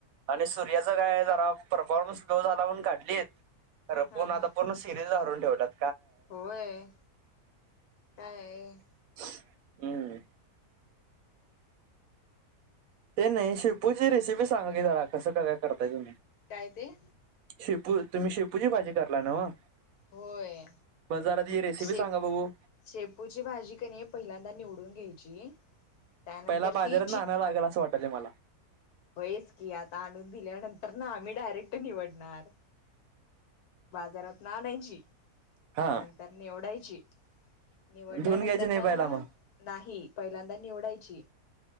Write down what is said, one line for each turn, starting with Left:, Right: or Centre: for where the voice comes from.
Right: आणि सूर्याचं काय जरा, परफॉर्मन्स लो झाला म्हणून काढली. खरं,
Left: हा
Right: पण आता
Left: हा
Right: <unintelligible> सिरीज हरून ठेवतात.
Left: होय, काय ये?
Right: हम्म. ते नाही, शेपूची रेसिपी सांगा की, जरा कसं काय काय करताय तुम्ही?
Left: काय ते?
Right: शेपू, तुम्ही शेपूची भाजी करला ना ओ?
Left: होय
Right: प जरा ति रेसिपी
Left: शेप
Right: सांगा बघू.
Left: शेपूची भाजी क नही पहिल्यांदा निवडून घ्यायची त्यानंतर
Right: पहिला बाजारात
Left: ती
Right: ना आणाय लागल, असं वाटायल मला.
Left: होयस की, आता आणून दिल्यानंतर ना आम्ही डायरेक्ट निवडणार. बाजारात न आणायची,
Right: हा
Left: त्यानंतर निवडायची. निवडल्यानंतर
Right: धुवून घ्यायची नाही
Left: ना
Right: पहिला
Left: आ
Right: मग
Left: नाही पहिल्यांदा निवडायची,